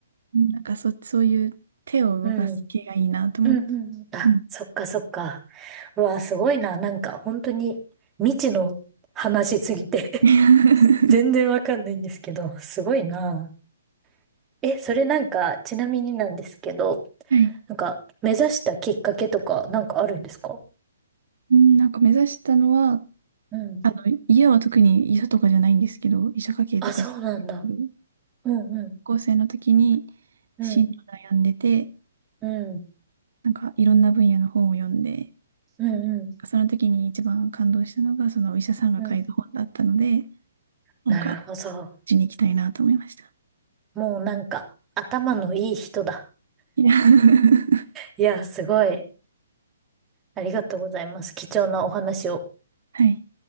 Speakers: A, on the right; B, on the right.
A: なんかそ、そういう手を動かす系がいいなと思って。
B: うん。うんうんうん。あ、
A: うん。
B: そっかそっか。うわ、すごいな。なんか本当に未知の話すぎて
A: <laughs> は
B: <laughs> 全然わかんないんですけど、すごいな。え、それなんか、ちなみになんですけど、
A: い。
B: なんか目指したきっかけとかなんかあるんですか
A: うん、なんか目指したのは、
B: うん。
A: あの、家は特に医者とかじゃないんですけど、医者家系とかじゃないんですけど、
B: あ、そうなんだ。うんうん。
A: 高校生の時に
B: うん
A: 進路悩んでて、
B: うん、
A: なんかいろんな分野の本を読んで、
B: うん、うん、
A: その時に一番感動したのが、そのお医者さんが書いた本だったので、
B: うん。
A: なんか、
B: なるほど。
A: うちに行きたいなと思いました。
B: もうなんか、頭のいい人だ。
A: いや <laughs>
B: いや、すごい。ありがとうございます。貴重なお話を。
A: はい。